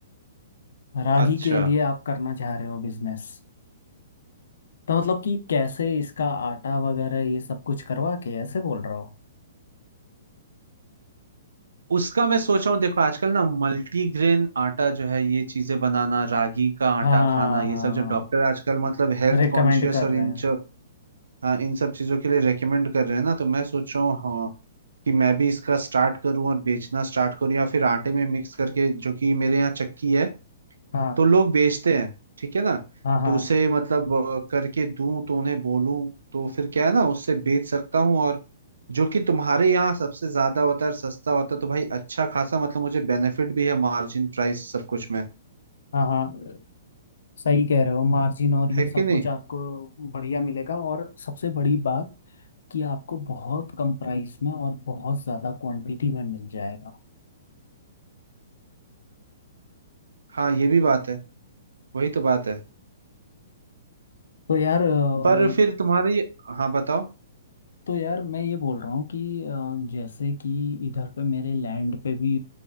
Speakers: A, on the left; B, on the right.
A: रागी
B: अच्छा
A: के लिए आप करना चाह रहे हो बिजनेस तो मतलब कि कैसे इसका आटा वगैरह ये सब कुछ करवा के ऐसे बोल रहे हो
B: उसका मैं सोच रहा हूँ देखो आजकल ना मल्टीग्रेन आटा जो है ये चीजें बनाना रागी का आटा
A: हाँ
B: खाना ये सब जो डॉक्टर आजकल मतलब हेल्थ
A: रिकमेंड
B: कॉन्शियस
A: कर
B: और
A: रहे
B: इन
A: हैं
B: च- हाँ, इन सब चीजों के लिए रेकमेंड कर रहे हैं ना तो मैं सोच रहा हूँ हाँ कि मैं भी इसका स्टार्ट करूँ और बेचना स्टार्ट करूँ या फिर आटे में मिक्स करके जो कि मेरे यहाँ चक्की है
A: हाँ
B: तो लोग बेचते हैं ठीक है ना
A: हाँ हाँ
B: तो उसे मतलब अ, करके दूं तो उन्हें बोलूं तो फिर क्या है ना उससे बेच सकता हूँ और जो कि तुम्हारे यहाँ सबसे ज्यादा होता है और सस्ता होता है तो भाई अच्छा खासा मतलब मुझे बेनिफिट भी है मार्जिन प्राइस सब कुछ में
A: हाँ हाँ सही कह रहे हो मार्जिन और ये
B: है
A: सब
B: कि नहीं
A: कुछ आपको बढ़िया मिलेगा और सबसे बड़ी बात कि आपको बहुत कम प्राइस में और बहुत ज़्यादा क्वांटिटी में मिल जाएगा
B: हाँ ये भी बात है वही तो बात है
A: तो यार अ,
B: पर फिर तुम्हारे ये हाँ बताओ
A: तो यार मैं ये बोल रहा हूँ कि अ, जैसे कि इधर पे मेरे लैंड पे भी